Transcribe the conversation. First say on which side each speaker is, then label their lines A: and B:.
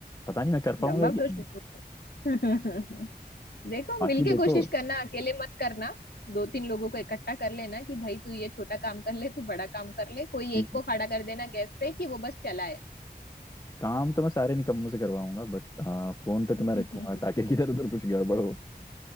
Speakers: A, on the left; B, on the left.
A: पता नहीं मैं कर पाऊंगा
B: है लंबा
A: कि
B: प्रोसेस
A: नहीं
B: होता है <laughs> देखो
A: बाकी
B: मिलके
A: देखो
B: कोशिश करना अकेले मत करना दो तीन लोगों को इकट्ठा कर लेना कि भाई तू ये छोटा काम कर ले तू बड़ा काम कर ले कोई
A: ये
B: एक को खड़ा कर देना गैस पे कि वो बस चलाए
A: काम तो मैं सारे निकम्मों से करवाऊंगा बट हाँ फोन पे तुम्हें
B: <laughs>
A: रखूंगा
B: ठीक
A: ताकि किधर उधर कुछ गड़बड़ हो